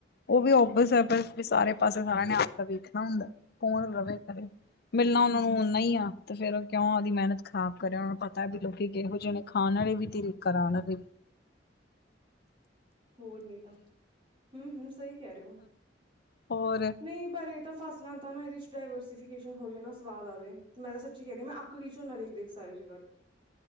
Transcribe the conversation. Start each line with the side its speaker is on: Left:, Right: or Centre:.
Left: ਉਹ
Right: ਹਮ
Left: ਵੀ ਓਬਸ ਬਸ ਵੀ ਸਾਰੇ ਪਾਸੇ ਸਾਰਿਆਂ ਨੇ ਆਪਣਾ ਵੇਖਣਾ ਹੁੰਦਾ ਕੌਣ ਰਵੇ ਘਰੇ ਮਿਲਣਾ
Right: ਹਮ
Left: ਉਹਨਾ ਨੂੰ ਓਨਾ ਹੀ ਆ ਤੇ ਫਿਰ ਉਹ ਕਿਉਂ ਉਹਦੀ ਮਿਹਨਤ ਖਰਾਬ ਕਰਿਆ ਉਹਨਾਂ ਨੂੰ ਪਤਾ ਵੀ ਲੋਕੀ ਕਿਹੋ ਜਿਹੇ ਨੇ ਖਾਣ ਵਾਲੇ ਵੀ ਤ੍ਰਕਰਾਨ ਰਵ
Right: ਹੋਰ ਨੀ ਤਾਂ ਹਮ ਹਮ ਸਹੀ ਕਹਿ ਰਹੇ ਹੋ
Left: ਹੋਰ
Right: ਨਹੀਂ ਪਰ ਇਹ ਤਾਂ ਫਸਲਾਂ ਤਾਂ ਨਾ ਇਹਦੇ ਡਾਇਵਰਸੀਫਿਕੇ ਹੋ ਜਾਵੇ ਨਾ ਸਵਾਦ ਆ ਜਾਵੇ ਮੈਂ ਤਾਂ ਸੱਚੀ ਕਹਿੰਦੀ ਹ ਮੈਂ ਅੱਕ ਗੀ ਝੋਨਾ ਦੇਖ ਦੇਖ ਸਾਰੇ ਜਗ੍ਹਾ ਤੇ <inaudible>